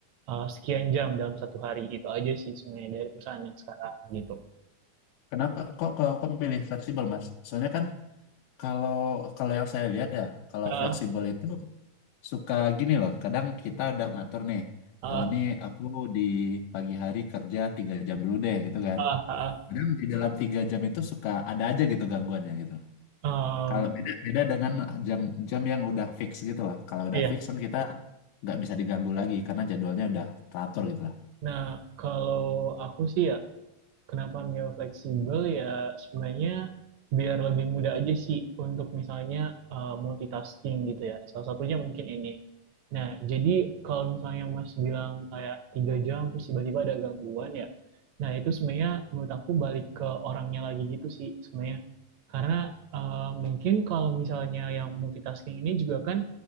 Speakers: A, on the right; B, on the left.
A: eh, sekian jam dalam satu hari. Itu aja sih sebenarnya dari perusahaan yang sekarang gitu.
B: Kenapa kok kok kok milih fleksibel, Mas? Soalnya kan kalau kalau yang saya lihat ya, kalau
A: Ah,
B: fleksibel itu suka gini loh. Kadang kita udah ngatur nih,
A: ah,
B: oh ini aku di pagi hari kerja tiga jam dulu deh gitu kan.
A: ah, ah, ah.
B: Kadang di dalam tiga jam itu suka ada aja gitu gangguannya gitu.
A: Em,
B: Kalau beda beda dengan jam jam yang udah fix gitu loh. Kalau udah
A: iya.
B: fix kan kita nggak bisa diganggu lagi karena jadwalnya udah teratur gitu lah.
A: Nah, kalau aku sih ya kenapa Mio fleksibel ya sebenarnya biar lebih mudah aja sih untuk misalnya uh, multitasking gitu ya. Salah satunya mungkin ini. Nah, jadi kalau misalnya Mas bilang kayak tiga jam terus tiba-tiba ada gangguan ya, nah itu sebenarnya menurut aku balik ke orangnya lagi gitu sih sebenarnya. Karena uh, mungkin kalau misalnya yang multitasking ini juga kan